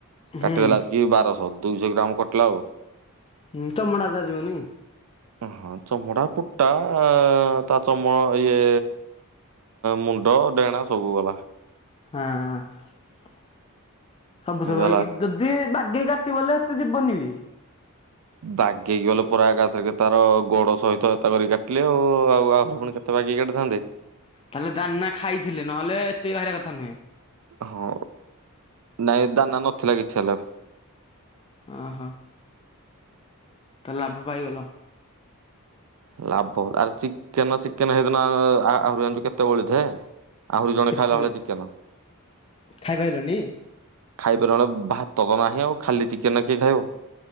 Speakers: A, on the left; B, on the right.
A: ହୁଁ
B: କାଟିଦେଲା ଆସିକି ବାରଶହ ଦୁଇଶ ଗ୍ରାମ କଟଲା ଆଉ।
A: ହୁଁ ଚମଡ଼ା ଟା ଯିବନି କି?
B: ହ ଚମଡ଼ା ପୁଟା ଆ ତା ଚମ ଇଏ ମୁଣ୍ଡ ଡେଣା ସବୁ ଗଲା।
A: ହଁ। ସବୁ
B: ଏମିତି
A: ସବୁ
B: ହେଲା
A: ହେଇକି ଯଦି ବାଗେଇ କାଟିବ ହେଲେ ଏତେ ଯିବନି ବି।
B: ବାଗେଇକି ଗଲେ ପୁରା ଏକାଥରକେ ତାର ଗୋଡ ସହିତ ଏଟା ଧରିକି କାଟିଲେ ଆଉ ଆଉ ଆହୁରି ପୁଣି କେତେ ବାଗେଇକି କଟିଥାନ୍ତେ?
A: ତାହେଲେ ଦାନା ଖାଇଥିଲେ ନହେଲେ ଏତେ ବାହାରିଆ କଥା ନୁହେଁ।
B: ହଁ, ନାଇଁ ଦାନା ନଥିଲା କିଛି ହେଲେ
A: ଓ ହୋ। ତ ଲାଭ ପାଇଗଲ?
B: ଲାଭ ଆରେ ଚିକେନ ଚିକେନ ସେଇଦିନ ଆହୁରି ଆଣିଚୁ କେତେ ବଳି ଥାଏ? ଆହୁରି ଜଣେ
A: କେତେ
B: ଖାଇଲା ଭଳିଆ ଚିକେନ।
A: ଖାଇପାରିଲନି
B: ଖାଇ ଭାତ ତ ନାହିଁ ଆଉ ଖାଲି ଚିକେନରା କିଏ ଖାଇବ?